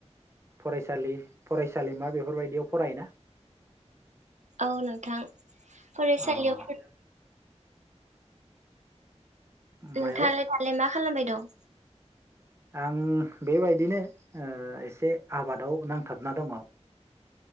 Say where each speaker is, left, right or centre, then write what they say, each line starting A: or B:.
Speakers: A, on the right; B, on the right.
A: फरायसालि फरायसालिमा बेफोरबायदियाव फरायोना?
B: औ नोंथां फरायसालियाव
A: अह। मायाव
B: नोंथाङालाय दालाय मा खालामबाय दं?
A: आं बेबायदिनो ओ एसे आबादाव नांथाबना दङ।